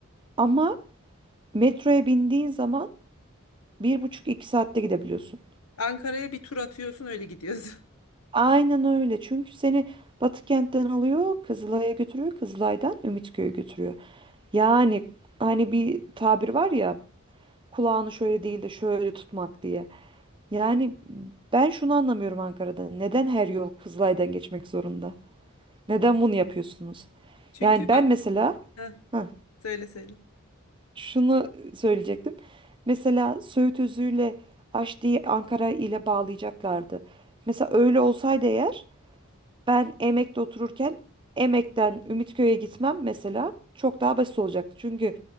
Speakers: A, on the right; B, on the left.
A: Ama metroya bindiğin zaman bir buçuk iki saatte gidebiliyorsun.
B: Ankara'ya bir tur atıyorsun öyle gidiyorsun.
A: Aynen öyle. Çünkü seni Batı kentten alıyor, Kızılay'a götürüyor, Kızılay'dan Ümitköy'e götürüyor. Yani hani bir tabir var ya, kulağını şöyle değil de şöyle tutmak diye. Yani ben şunu anlamıyorum Ankara'da. Neden her yol Kızılay'dan geçmek zorunda? Neden bunu yapıyorsunuz?
B: <laughs> Çünkü
A: Yani ben
B: bak
A: mesela
B: heh,
A: heh,
B: söyle söyle.
A: şunu söyleyecektim. Mesela Söğüt Özü'yle Aşti'yi Ankara ile bağlayacaklardı. Mesela öyle olsaydı eğer ben Emek'te otururken Emek'ten Ümitköy'e gitmem mesela çok daha basit olacaktı. Çünkü